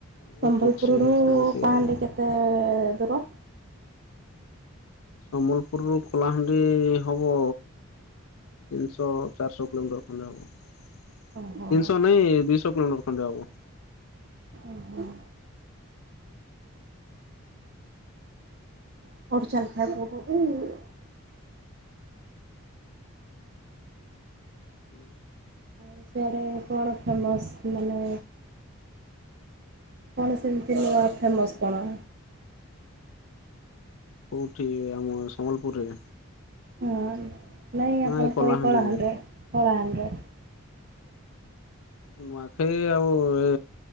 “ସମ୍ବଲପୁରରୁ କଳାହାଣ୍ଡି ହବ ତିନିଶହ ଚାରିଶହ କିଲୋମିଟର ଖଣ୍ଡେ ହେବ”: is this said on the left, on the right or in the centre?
Left